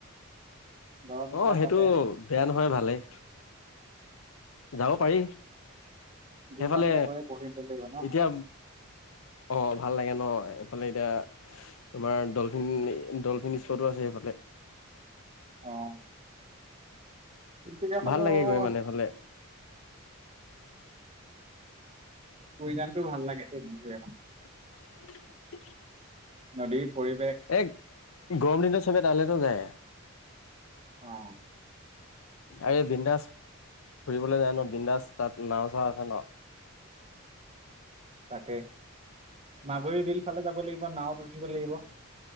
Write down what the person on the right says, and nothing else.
গৰম দিনত
তাতে।
গুইজান
তাত গৈ বহিব লাগিব ন
অ'। <unintelligible>
বুই যানটো ভাল লাগে <unintelligible>
নদীৰ পৰিৱেশ
অ'।
তাকে মাগুৰি বিল ফালে যাব লাগিব নাৱত উঠিব লাগিব।